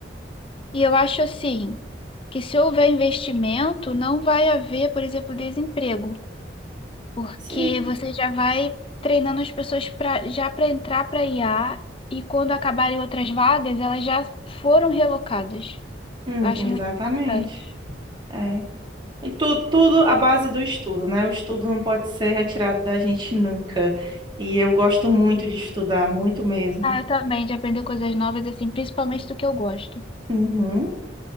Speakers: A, on the left (about 30°); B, on the right (about 25°).
A: E eu acho assim, que se houver investimento, não vai haver, por exemplo, desemprego, porque
B: Sim,
A: você já vai treinando as pessoas pra, já para entrar para IA e quando acabarem outras vagas, elas já foram relocadas.
B: Hum,
A: Eu acho
B: exatamente.
A: muito importante.
B: É. E tudo, tudo à base do estudo, né? O estudo não pode ser retirado da gente nunca. E eu gosto muito de estudar, muito mesmo.
A: Ah, eu também, de aprender coisas novas, assim, principalmente do que eu gosto.
B: Uhum,